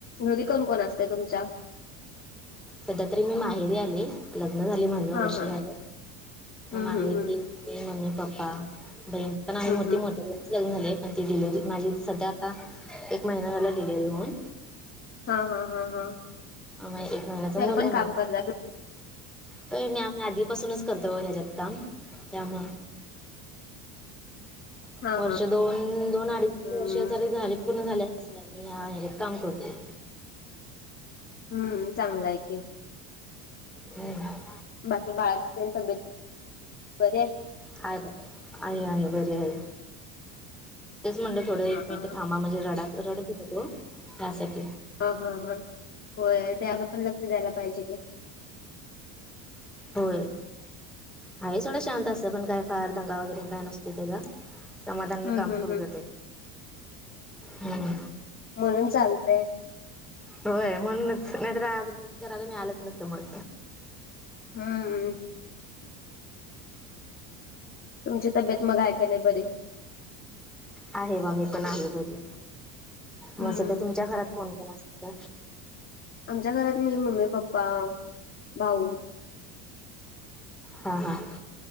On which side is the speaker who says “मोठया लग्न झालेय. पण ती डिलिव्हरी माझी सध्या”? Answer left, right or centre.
Centre